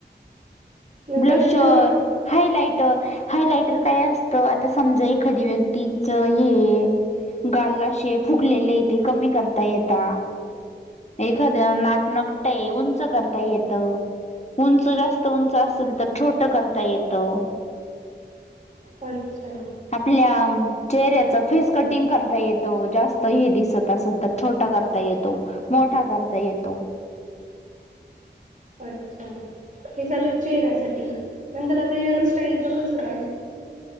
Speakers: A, on the right (about 45°); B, on the left (about 35°).
A: नंतर
B: ब्लाशर.
A: हेअर
B: हायलायटर हायलायटर काय असतं आता समजा एखादी व्यक्तीच हे गालला अशे फुगलेले येते कमी करता येता. एखाद्या नाक नकटय उंच करता येत. उंच जास्त उंच असेल तर छोट करता येतं.
A: अच्छा!
B: आपल्या चेहऱ्याच फेस कटिंग करता येतं जास्त हे दिसत असल तर. छोटा करता येतो मोठा करता येतो.
A: अच्छा! हे झालं चेहऱ्यासाठी. नंतर आता हेअरस्टाईलच कसं काय?